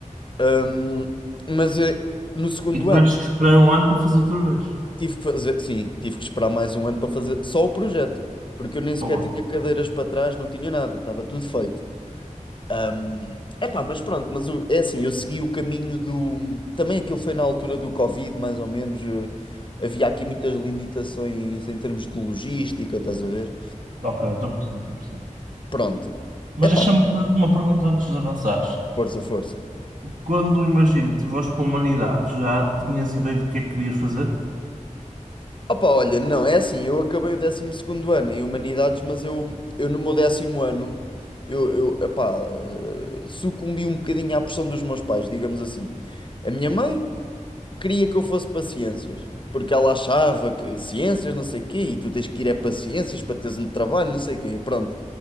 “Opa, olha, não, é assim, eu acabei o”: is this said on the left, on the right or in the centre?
Left